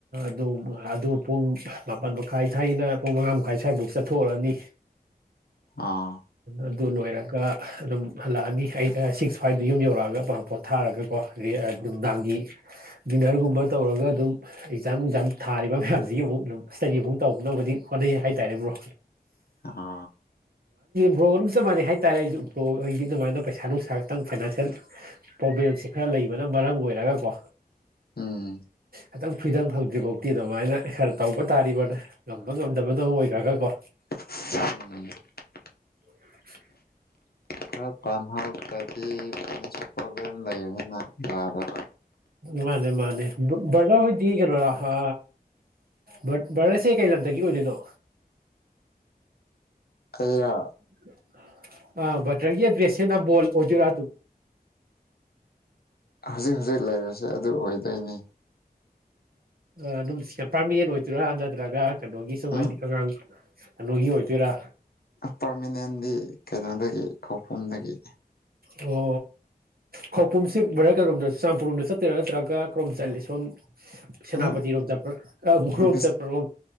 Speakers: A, on the right; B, on the left.
A: ꯑꯗꯨ ꯑꯗꯨ ꯄꯨꯡ ꯃꯥꯄꯜ ꯃꯈꯥꯏ ꯁ꯭ꯋꯥꯏꯒꯤꯅ ꯄꯨꯡ ꯃꯉꯥ ꯃꯈꯥꯏ ꯁ꯭ꯋꯥꯏꯐꯥꯎ ꯆꯠ ꯊꯑꯅꯤ
B: ꯑꯥ
A: ꯑꯗꯨ ꯂꯣꯏꯔꯒ ꯑꯗꯨꯝ ꯍꯜꯂꯛꯑꯅꯤ ꯑꯩꯅ ꯁꯤꯛꯁ ꯐꯥꯏꯚꯗ ꯌꯨꯝ ꯌꯧꯔꯛꯑꯒ ꯄꯄꯥꯄꯣꯠ ꯊꯥꯔꯒꯀꯣ ꯑ ꯅꯨꯡꯗꯥꯡꯒꯤ ꯗꯤꯟꯅꯔꯒꯨꯝꯕ ꯇꯧꯔꯒ ꯑꯗꯨꯝ ꯑꯦꯛꯖꯥꯝ ꯅꯨꯡꯖꯥꯝ ꯊꯥꯔꯤꯕ ꯃꯌꯥꯝꯁꯤꯒꯤ ꯑꯃꯨꯛ ꯑꯗꯨꯝ ꯏꯁ꯭ꯇꯗꯤ ꯑꯃꯨꯛ ꯇꯧꯅꯕꯗꯤ ꯍꯣꯠꯅꯩ ꯍꯥꯏꯇꯥꯔꯦ ꯭ꯔꯣ
B: ꯑ
A: ꯕ꯭ꯔꯣ ꯑꯗꯨꯝ ꯆꯞ ꯃꯥꯟꯅꯩ ꯍꯥꯏꯇꯥꯔꯦ ꯑꯩꯁꯨ ꯕ꯭ꯔꯣ ꯑꯩꯣꯏꯒꯤ ꯑꯗꯨꯃꯥꯏꯅ ꯄꯩꯁꯥ ꯅꯨꯡꯁꯥ ꯈꯛꯇꯪ ꯐꯥꯏꯅꯥꯟꯁꯤꯌꯦꯜ ꯄ꯭ꯔꯣꯕ꯭ꯂꯦꯝꯁꯦ ꯈꯔ ꯂꯩꯕꯅ ꯃꯔꯝ ꯑꯣꯏꯔꯒꯀꯣ
B: ꯎꯝ
A: ꯈꯤꯇꯪ ꯐ꯭ꯔꯤꯗꯝ ꯐꯪꯗ꯭ꯔꯤꯐꯥꯎꯇꯤ ꯑꯗꯨꯃꯥꯏꯅ ꯈꯔ ꯇꯧꯕ ꯇꯥꯔꯤꯕꯅ ꯉꯝꯕ ꯉꯝꯗꯕꯅ ꯑꯣꯏꯈ꯭ꯔꯒꯀꯣ
B: ꯎꯝ
A: <unintelligible>
B: ꯈꯔ ꯄꯥꯥꯟ ꯍꯜ ꯏ ꯄꯣꯕꯂꯦꯝ ꯂꯩꯏ ꯋꯥꯕꯥꯕꯕꯥ
A: ꯃꯥꯅꯦ ꯃꯥꯅꯦ ꯕꯗꯥ ꯍꯣꯏꯗꯤꯒꯅꯣꯔ ꯚꯠ ꯚꯥꯔꯠꯁꯦ ꯀꯩ ꯂꯝꯗꯒꯤ ꯑꯣꯏꯗꯣꯏꯅꯣ꯫
B: ꯑꯩꯔ
A: <inaudible> ꯑꯥ ꯕꯗ꯭ꯔꯒꯤ ꯑꯦꯗ꯭ꯔꯦꯁꯦ ꯅꯝꯕꯣꯜ ꯑꯣꯏꯗꯣꯏꯔ ꯑꯗꯨꯝ꯫
B: ꯍꯧꯖꯤꯛ ꯍꯧꯖꯤꯛ ꯂꯩꯔꯤꯁꯦ ꯑꯗꯨ ꯑꯣꯏꯗꯣꯏꯅꯤ꯫
A: ꯑ ꯗꯨꯝ ꯁꯤꯗ ꯄ꯭ꯔꯃꯤꯅꯦꯟ ꯑꯣꯏꯗꯣꯏꯔ ꯅꯠꯇ꯭ꯔꯒ꯫ ꯀꯩꯅꯣꯒꯤ ꯁꯨꯝ
B: ꯎꯝ
A: ꯍꯥꯏꯗꯤ ꯑꯉꯥꯡ꯫ ꯑꯅꯨꯒꯤ ꯑꯣꯏꯗꯣꯏꯔꯥ꯫
B: ꯄꯔꯃꯤꯅꯦꯟꯗꯤ꯫ ꯀꯩꯅꯣꯗꯒꯤ ꯈꯧꯄꯨꯝꯗꯒꯤ꯫
A: ꯑꯣ ꯈꯧꯄꯨꯝꯝꯁꯤ ꯕ꯭ꯔꯗꯔ ꯀꯩꯗꯣꯝꯗ ꯆꯨꯔꯆꯥꯟꯄꯨꯔꯔꯣꯝꯗ ꯆꯠꯇꯣꯏꯔ ꯅꯠꯇ꯭ꯔꯒ ꯀ꯭ꯔꯣꯝ ꯆꯂꯤ ꯁꯣꯝ꯫ ꯁꯦꯅꯥꯄꯇꯤ
B: ꯎꯝ
A: ꯔꯣꯝ ꯆꯠꯄ꯭ꯔ ꯑꯥ ꯎꯈ꯭ꯔꯨꯜ ꯔꯣꯝ
B: ꯕꯤꯁ
A: ꯆꯠꯄ꯭ꯔꯣ꯫